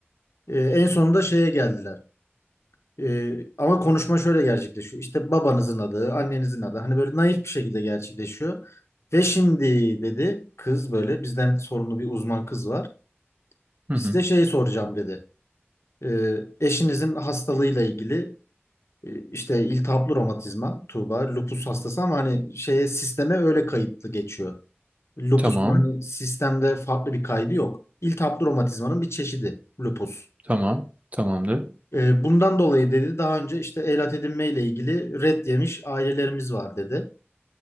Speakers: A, on the left (about 85°); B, on the right (about 35°).
A: Ee, en sonunda şeye geldiler. Ee, ama konuşma şöyle gerçekleşiyor. İşte babanızın adı, annenizin adı. Hani böyle naif bir şekilde gerçekleşiyor. Ve şimdi dedi kız böyle bizden sorumlu bir uzman kız var.
B: Hı
A: Size
B: hı.
A: şey soracağım dedi. Ee, eşinizin hastalığıyla ilgili e, işte iltihaplı romatizma, Tuğba, lupus hastası ama hani şeye sisteme öyle kayıtlı geçiyor. Lupus
B: Tamam.
A: hani sistemde farklı bir kaydı yok. İltihaplı romatizmanın bir çeşidi lupus.
B: Tamam. Tamamdır.
A: E, bundan dolayı dedi daha önce işte evlat edinmeyle ilgili red yemiş ailelerimiz var dedi.